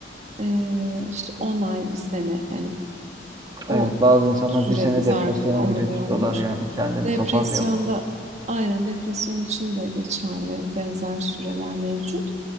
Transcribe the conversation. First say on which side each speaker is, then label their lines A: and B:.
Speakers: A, on the right; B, on the right.
A: e, işte 10 ay, bir sene yani
B: Evet
A: o
B: bazı insanlar
A: süre
B: bir sene
A: zarfında
B: depresyona
A: oluyormuş.
B: girebiliyorlar yani. Kendini
A: Depresyonda
B: toparlayamıyor.
A: aynen depresyon için de geçerli benzer süreler mevcut.